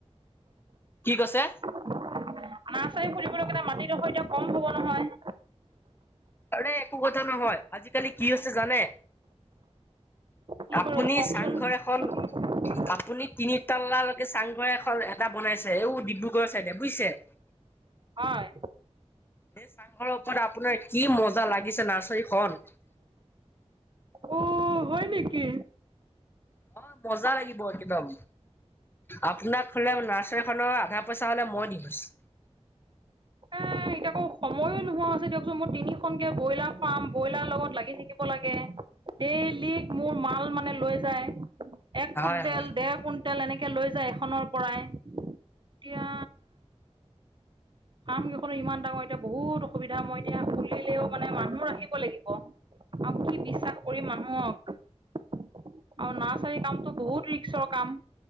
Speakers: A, on the left; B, on the right.
A: কি কৈছে?
B: নাৰ্চাৰী খুলিবলৈ কাৰণে মাটি দখৰ এতিয়া কম হব নহয়।
A: ৰে একো কথা নহয়। আজি-কালি কি হৈছে জানে?
B: কি
A: আপুনি
B: বাৰু কওকচোন।
A: চাংঘৰ এখন
B: <inaudible>
A: আপুনি তিনি তাল্লালৈকে চাংঘৰ এখন এটা বনাইছে ও ডিব্ৰুগড়ৰ চাইডে, বুইছে?
B: হয়।
A: এই চাংঘৰৰ ওপৰত আপোনাৰ কি মজা লাগিছে নাৰ্চাৰীখন।
B: অ' হয় নেকি?
A: হয় মজা লাগিব একদম। আপোনাক হ'লে নাৰ্চাৰীখনৰ আধা পইচা হ'লে মই দি গৈছো।
B: এ এতিয়া আকৌ সময়ো নোহোৱা হৈছে দিয়কচোন। মোৰ তিনিখনকে ব্ৰইলাৰ ফাৰ্ম, ব্ৰইলাৰ লগত লাগি থাকিব লাগে। ডেইলী মোৰ মাল মানে লৈ যায়। এক কুইণ্টেল,
A: হয় হয়
B: ডেৰ কুইণ্টেল এনেকে লৈ যায় এখনৰ পৰাই। এতিয়া ফাৰ্ম কেইখনো ইমান ডাঙৰ। এতিয়া বহুত অসুবিধা। মই এতিয়া খুলিলেও মানে মানুহ ৰাখিব লাগিব। আৰু কি বিশ্বাস কৰিম মানুহক। আৰু নাৰ্চাৰী কামটো বহুত ৰিক্সৰ কাম।